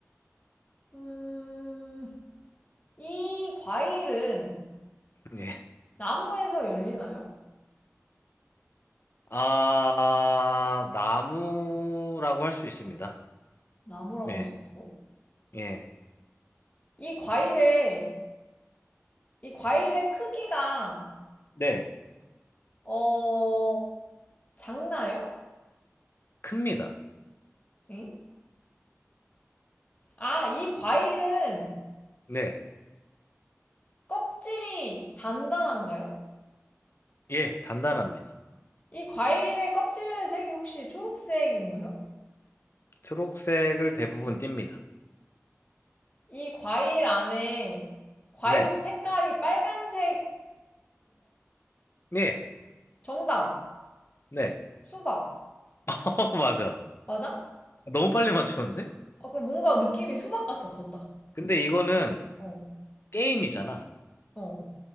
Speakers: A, on the left (about 30°); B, on the left (about 50°).
A: 음, 이 과일은
B: 네.
A: 나무에서 열리나요?
B: 아, 나무라고 할 수 있습니다.
A: 나무라고
B: 네.
A: 할 수 있다고?
B: 예.
A: 이 과일의, 이 과일의 크기가,
B: 네.
A: 어, 작나요?
B: 큽니다.
A: 응? 아, 이 과일은
B: 네.
A: 껍질이 단단한가요?
B: 예. 단단합니다.
A: 이 과일의 껍질의 색이 혹시 초록색인가요?
B: 초록색을 대부분 띱니다.
A: 이 과일 안에 과육
B: 네.
A: 색깔이 빨간색인가요?
B: 네.
A: 정답.
B: 네.
A: 수박.
B: <laughs> 어, 맞아.
A: 맞아?
B: 너무 빨리 맞췄는데?
A: 아, 그 뭔가 느낌이 수박 같았었다.
B: 근데 이거는
A: 어,
B: 게임이잖아.
A: 어,